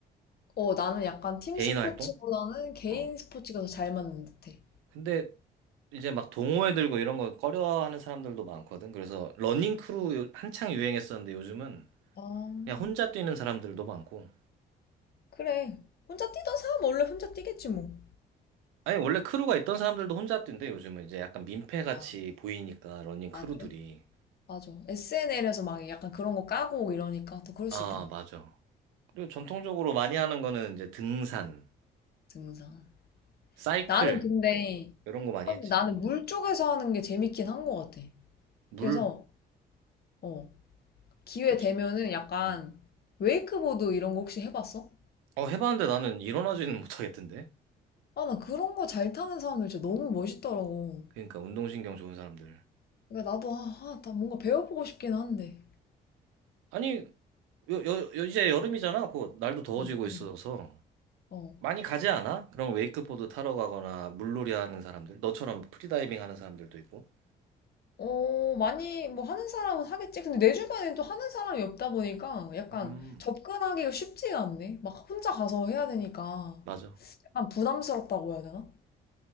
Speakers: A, on the left; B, on the right.
A: 어, 나는 약간 팀
B: 개인
A: 스포츠보다는
B: 활동?
A: 개인
B: 어.
A: 스포츠가 더 잘 맞는 듯해.
B: 근데 이제 막 동호회 들고 이런 거 꺼려하는 사람들도 많거든. 그래서 러닝 크루 한창 유행했었는데 요즘은
A: 아,
B: 그냥 혼자 뛰는 사람들도 많고.
A: 그래. 혼자 뛰던 사람 원래 혼자 뛰겠지 뭐.
B: 아니, 원래 크루가 있던 사람들도 혼자 뛴대, 요즘은. 이제 약간 민폐같이
A: 아,
B: 보이니까, 러닝 크루들이.
A: 아, 그래? 맞아. SNL에서 막 약간 그런 거 까고 이러니까 또 그럴
B: 아,
A: 수 있겠네.
B: 맞아. 그리고 전통적으로 많이 하는 거는 이제 등산,
A: 등산.
B: 사이클,
A: 나는 근데,
B: 이런 거 많이
A: 확
B: 했지.
A: 나는
B: 어.
A: 물 쪽에서 하는 게 재밌긴 한 것 같아.
B: 물,
A: 그래서, 어, 기회
B: 그치.
A: 되면은 약간
B: 응.
A: 웨이크보드 이런 거 혹시 해봤어?
B: 어, 해봤는데 나는 일어나지는 못하겠던데?
A: 아, 나 그런 거 잘 타는 사람들 진짜 너무 멋있더라고.
B: 그러니까 운동신경 좋은 사람들.
A: 그러니까 나도 아, 아, 나 뭔가 배워보고 싶긴 한데.
B: 아니, 여, 여, 여- 이제 여름이잖아. 곧 날도 더워지고
A: 응,
B: 있어서.
A: 응. 어.
B: 많이 가지 않아? 그럼 웨이크보드 타러 가거나 물놀이 하는 사람들, 너처럼 프리다이빙 하는 사람들도 있고.
A: 어, 많이 뭐 하는 사람은 하겠지. 근데 내 주변에 또 하는 사람이 없다 보니까 약간
B: 음,
A: 접근하기가 쉽지가 않네. 막 혼자 가서 해야 되니까
B: 맞아.
A: 약간 부담스럽다고 해야 되나?